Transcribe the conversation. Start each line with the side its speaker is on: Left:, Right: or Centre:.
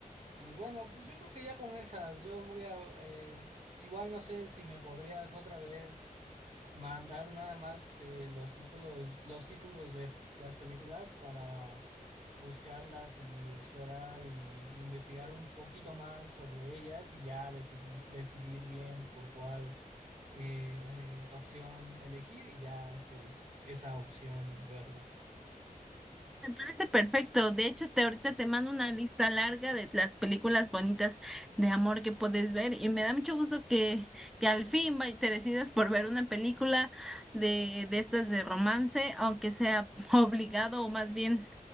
Right: y bueno, pues yo creo que ya con esas, yo voy a, eh, igual no sé si me podrías otra vez mandar nada más eh, los títulos, los títulos de las películas para buscarlas y explorar y investigar un poquito más sobre ellas y ya decidir, decidir bien por cuál eh, eh, opción elegir y ya pues esa opción verla.
Centre: Me parece perfecto. De hecho, te ahorita te mando una lista larga de las películas bonitas de amor que puedes ver y me da mucho gusto que, que al fin vay- te decidas por ver una película de, de estas de romance, aunque sea <laughs> obligado o más bien